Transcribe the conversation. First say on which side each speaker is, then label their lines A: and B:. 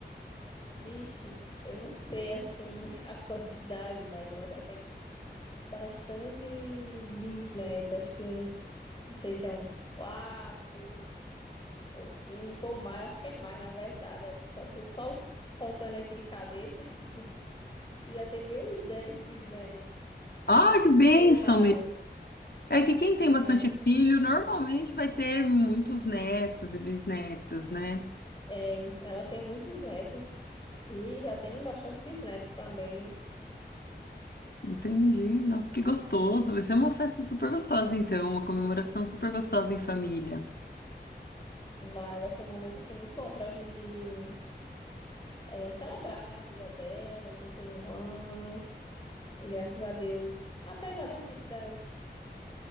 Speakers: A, on the left (about 25°); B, on the left (about 65°).
A: vixe, eu não sei assim <laughs> a quantidade, mas ela já tem. bastante bisneto, acho que uns, não sei se é uns quatro ou cinco ou mais, acho que é mais, na verdade. É só, só contando aqui de cabeça, <laughs> já tem bem uns dez bisnetos
B: Ah, que bênção,
A: ou mais,
B: É que quem tem
A: né?
B: bastante filho normalmente vai ter muitos netos e bisnetos, né?
A: É, ela tem muitos netos e já tem bastante bisnetos também.
B: Entendi. Nossa, que gostoso. Vai ser uma festa super gostosa, então, uma comemoração super gostosa em família.
A: Vai, vai ser um momento assim muito bom pra gente é, celebrar, né, a vida dela, 81 anos. E graças a Deus, apesar das, di- das